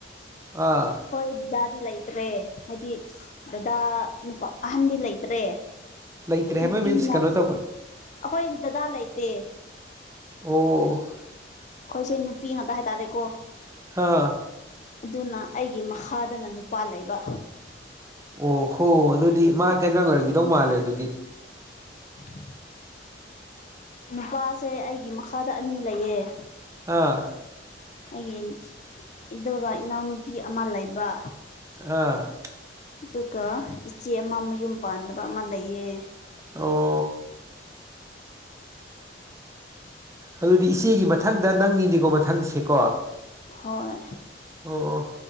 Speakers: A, on the right (about 15°); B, on the left (about 40°).
A: ꯑ
B: ꯍꯣꯏ ꯗꯥꯗꯤ ꯂꯩꯇ꯭ꯔꯦ ꯍꯥꯏꯗꯤ ꯗꯗꯥ ꯅꯨꯄꯥ ꯑꯍꯟꯗꯤ ꯂꯩꯇ꯭ꯔꯦ
A: ꯂꯩꯇ꯭ꯔꯦ ꯍꯥꯏꯕ
B: ꯅꯨꯄꯤ
A: ꯃꯤꯟꯁ
B: ꯂꯥꯛ
A: ꯀꯩꯅꯣ ꯇꯧ
B: ꯑꯈꯣꯏ ꯗꯗꯥ ꯂꯩꯇꯦ
A: ꯑꯣ ꯑꯣ
B: ꯈꯣꯏꯁꯦ ꯅꯨꯄꯤ ꯉꯥꯛꯇ ꯍꯥꯏꯇꯥꯔꯦꯀꯣ
A: ꯍ
B: ꯑꯗꯨꯅ ꯑꯩꯒꯤ ꯃꯈꯥꯗꯅ ꯅꯨꯄꯥ ꯂꯩꯕ
A: ꯑꯣ ꯍꯣ ꯑꯗꯨꯗꯤ ꯃꯥ ꯀꯦꯟꯖꯥꯡ ꯑꯣꯏꯔꯝꯒꯤꯗꯧ ꯃꯥꯜꯂꯦ ꯗꯨꯗꯤ
B: <inaudible> ꯅꯨꯄꯥꯁꯦ ꯑꯩꯒꯤ ꯃꯈꯥꯗ ꯑꯅꯤ ꯂꯩꯌꯦ
A: ꯑ
B: ꯑꯩꯒꯤꯟ ꯏꯗꯨꯒ ꯏꯅꯥꯎꯅꯨꯄꯤ ꯑꯃ ꯂꯩꯕ
A: ꯑ
B: ꯇꯨꯀ ꯏꯆꯦ ꯑꯃ ꯃꯌꯨꯝ ꯄꯥꯟꯗꯕ ꯑꯃ ꯂꯩꯌꯦ
A: ꯑꯣ ꯑꯗꯨꯗꯤ ꯏꯆꯦꯒꯤ ꯃꯊꯪꯗ ꯅꯪꯅꯤꯅꯦꯀꯣ ꯃꯊꯪꯁꯦꯀꯣ
B: ꯍꯣꯏ
A: ꯑꯣ ꯑꯣ